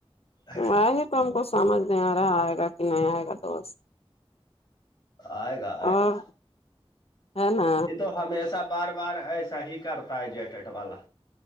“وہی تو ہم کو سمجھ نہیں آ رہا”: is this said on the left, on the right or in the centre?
Left